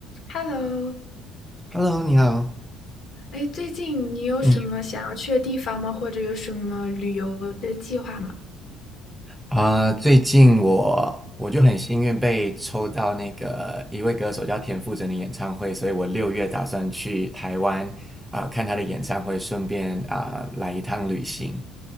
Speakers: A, on the left; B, in the centre.
A: Hello，
B: Hello，你好。
A: 哎，最近你有什么想要去的地方吗？
B: 嗯
A: 或者有什么旅游的计划吗？
B: 啊、最近我我就很幸运被抽到那个一位歌手叫田馥甄的演唱会，所以我六月打算去台湾啊、看他的演唱会，顺便啊、来一趟旅行。